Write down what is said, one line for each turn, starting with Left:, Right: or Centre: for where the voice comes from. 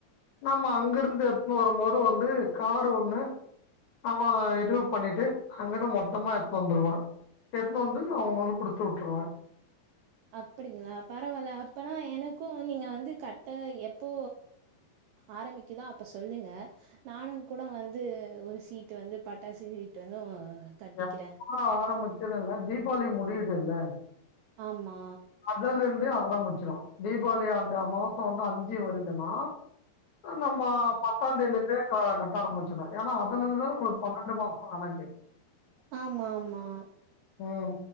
Left: நம்ம அங்க இருந்து எடுத்துன்னு வரும்போது வந்து காரு ஒண்ணு அவ இது பண்ணிட்டு அங்கதா மொத் த்தமா எடுத்துனு வந்துடுவே எடுத்னு வந்து அவுங்களு குடுத்து விட்ருவ
Right: அப்படிங்களா பரவால்ல அப்பனா எனக்கும் நீங்க வந்து கட்ட எப்போ ஆரம்பிக்குதோ அப்ப சொல்லுங்க நானு கூட வந்து ஒரு சீட்டு வந்து பட்டாசு சீட் வந்து கட்டிக்கிறே
Left: எப்ப ஆரம்பிச்சதுனா தீபாவளி முடியுதுல
Right: ஆமா
Left: அதல இருந்தே ஆரம்பிச்சிரு தீபாவளி அந்த மாசம் வந்து அஞ்சு வருதுனா நம்ம பத்தா தேதிலருந்தே ஆ கட்ட ஆரம்பிச்சிரனு ஏன்னா அதுல இருந்து தானே உங்களுக்கு பன்னெண்டு மாசோ கணக்கு
Right: ஆமா ஆமா
Left: ம்